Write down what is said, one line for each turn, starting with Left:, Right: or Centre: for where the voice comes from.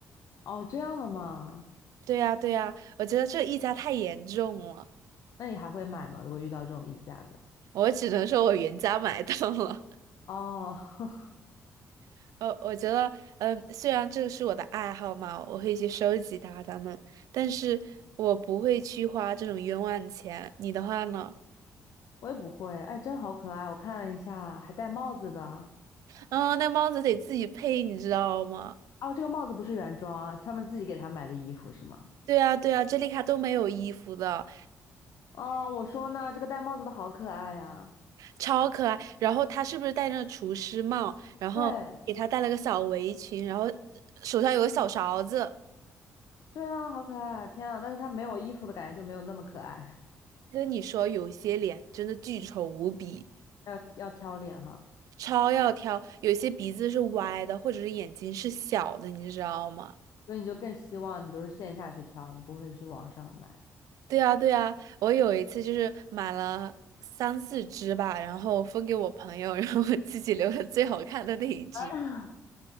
Left: 哦，这样的吗？
Right: 对呀，对呀，我觉得这溢价太严重了，
Left: 那你还会买吗？如果遇到这种溢价的？
Right: 我只能说我原价买到了。
Left: 哦。<laughs>
Right: <laughs> 呃，我觉得，嗯，虽然这个是我的爱好嘛，我会去收集它它们，但是我不会去花这种冤枉钱。你的话呢？
Left: 我也不会，哎，真好可爱！我看了一下，还戴帽子的。
Right: 嗯，那帽子得自己配，你知道吗？
Left: 哦，这个帽子不是原装啊，他们自己给他买的衣服是吗？
Right: 对啊，对啊，这里卡都没有衣服的，
Left: 哦，我说呢，这个戴帽子的好可爱呀、
Right: 超可爱。然后他是不是戴着厨师帽？然后给他戴了个小围裙，
Left: 对，
Right: 然后手上有个小勺子。
Left: 对啊，好可爱！天啊，但是他没有衣服的感觉就没有那么可爱，
Right: 跟你说，有些脸真的巨丑无比，
Left: <laughs> 要要挑脸哈，
Right: 超要挑。有些鼻子是歪的，或者是眼睛是小的，你知道吗？
Left: 所以你就更希望你就是线下去挑，你不会去网上买。
Right: 对啊，对啊，我有一次就是买了三四只吧，然后分给我朋友，<laughs> 然后我自己留了最好看的那一只。
Left: 啊，